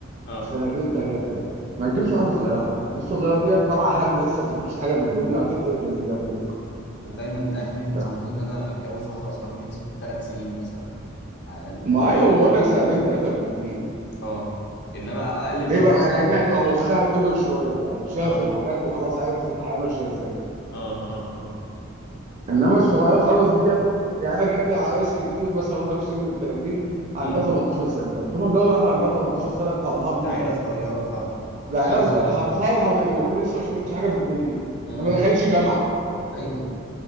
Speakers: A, on the left (about 55°); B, on the right (about 35°).
A: اه
B: سنتين ثلاثة ما تجيبش واحدة صغيرة الناس الصغيرة دي طالعة هبل لسه ما شافتش حاجة في الدنيا وهتقرف اللي جابوك
A: انا دايما اهلي بينصحوني
B: تمام.
A: ان انا اتجوز واحده اصغر مني بثلاث سنين مثلا على الاقل
B: ما ايوه بقول لك سنتين ثلاثة بالكتير
A: اه انما اقل
B: ليه
A: من كده
B: بقى؟
A: مثلا
B: لأنها
A: هتقرفني
B: تبقى مخها كبر شوية يعني شافت
A: اه
B: حاجات وخلاص عرفت الحياة ماشية ازاي
A: اه اه اه
B: إنما الصغيرة خلاص ديت يعني أنا جات لي عرايس كتير مثلا وأنا في سن ال 30 عندها
A: امم
B: 18 سنة قلت لهم اتجوز واحدة عندها 18 سنة تفرهدني
A: ده عيله صغيره فعلا يعني حرفيا
B: لا عيال
A: عيله
B: صغيرة
A: صغيره
B: هتفرهد اللي جابوني دي لسه ما شافتش حاجة في الدنيا
A: امم
B: ما دخلتش جامعة
A: ايوه